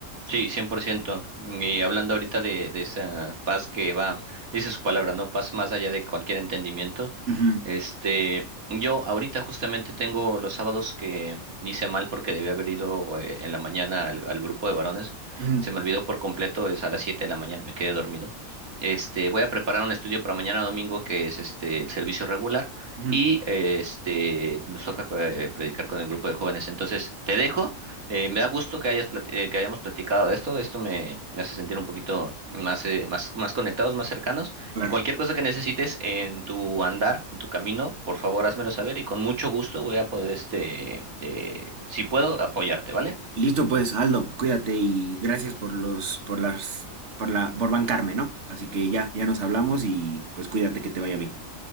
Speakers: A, on the right; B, on the right.
A: Sí, 100%. Y hablando ahorita de, de esa paz que va, dice su palabra, ¿no? Paz más allá de cualquier entendimiento.
B: Ujú,
A: Este, yo ahorita justamente tengo los sábados que hice mal porque debía haber ido eh, en la mañana al, al grupo de varones.
B: ujú,
A: Se me olvidó por completo, es a las 7 de la mañana, me quedé dormido. Este, voy a preparar un estudio para mañana domingo que es este el servicio regular
B: ujú,
A: y eh, este nos toca eh, predicar con el grupo de jóvenes. Entonces, te dejo. Eh, me da gusto que hayas plati- eh, que hayamos platicado de esto. Esto me, me hace sentir un poquito más, eh, más, más conectados, más cercanos.
B: claro.
A: Y cualquier cosa que necesites en tu andar, en tu camino, por favor, házmelo saber y con mucho gusto voy a poder, este, eh, si puedo, apoyarte, ¿vale?
B: Listo pues, Aldo, cuídate y gracias por los, por las, por la, por bancarme, ¿no? Así que ya, ya nos hablamos y pues cuídate que te vaya bien.